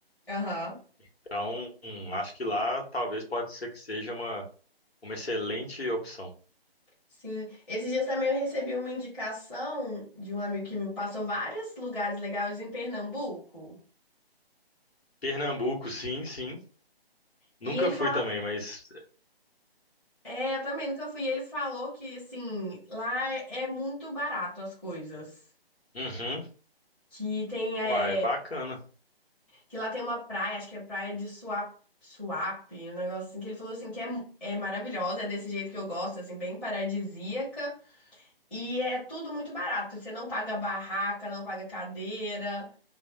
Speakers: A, in the centre; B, on the left.
A: Aham.
B: Então, hum, acho que lá talvez pode ser que seja uma, uma excelente opção.
A: Sim, esses dias também eu recebi uma indicação de um amigo que me passou vários lugares legais em Pernambuco.
B: Pernambuco, sim, sim.
A: E
B: Nunca
A: ele
B: fui
A: fala,
B: também, mas
A: é, eu também nunca fui. E ele falou que assim, lá é muito barato as coisas.
B: Uhum.
A: Que tem é,
B: Uai, bacana.
A: que lá tem uma praia, acho que é praia de Suape, Suape, um negócio assim que ele falou assim que é, é maravilhosa, é desse jeito que eu gosto, assim, bem paradisíaca. E é tudo muito barato. Você não paga barraca, não paga cadeira,